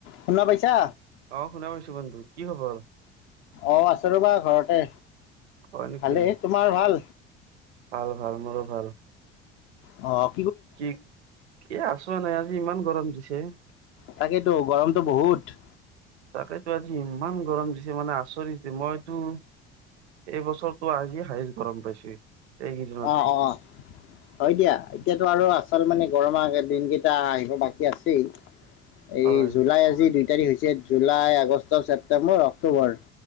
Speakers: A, on the left; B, on the right.
A: শুনা পাইছা
B: অ', শুনা পাইছো, বন্ধু কি খবৰ?
A: অ', আছে ৰ'বা ঘৰতে।
B: হয় নেকি
A: ভালেই তোমাৰ ভাল
B: ভাল ভাল মোৰো ভাল।
A: অ'।
B: কি এ আছোৱা নাই আজি ইমান গৰম দিছে।
A: তাকেইেতো গৰমটো বহুত।
B: তাকেতো আজি ইমান গৰম দিছে মানে আচৰিতে মইতো এই বছৰটো আজি হাইচ গৰম পাইছো। এইকেইদিনত
A: অ', অ', হয় দিয়া এতিয়াতো আৰু আছে। আচল মানে গৰম আ দিনকেইটা আহিব বাকী আছেই। এই
B: হয়
A: জুলাই আজি দুই তাৰিখ হৈছে জুলাই, আগষ্ট, ছেপটেম্বৰ, অক্টোবৰ।